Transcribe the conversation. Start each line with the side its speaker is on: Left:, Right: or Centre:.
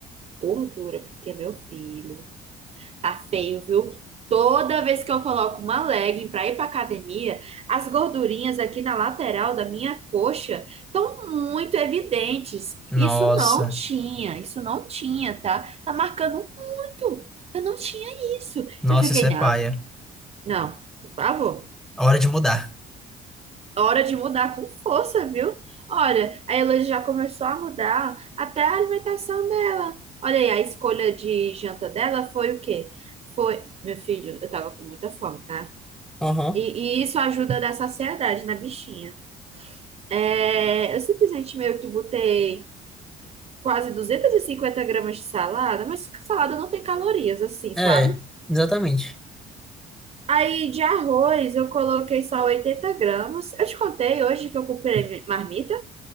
Right: gordura, porque meu filho, Tá feio, viu? Toda vez que eu coloco uma legging pra ir pra academia, as gordurinhas aqui na lateral da minha coxa estão muito evidentes.
Centre: Nossa,
Right: Isso não tinha, isso não tinha, tá? Tá marcando muito. Eu não tinha isso.
Centre: nossa,
Right: Eu fiquei,
Centre: isso é
Right: não,
Centre: paia.
Right: não, por favor.
Centre: Hora de mudar.
Right: Hora de mudar com força, viu? Olha, a Heloísa já começou a mudar até a alimentação dela. Olha aí, a escolha de janta dela foi o quê? Foi, meu filho, eu tava com muita fome, tá?
Centre: Uhum.
Right: E, e isso ajuda a dar saciedade na bichinha. É, eu simplesmente meio que botei quase 250 gramas de salada, mas salada não tem calorias, assim,
Centre: É,
Right: sabe?
Centre: exatamente.
Right: Aí de arroz eu coloquei só 80 gramas. Eu te contei hoje que eu comprei marmita?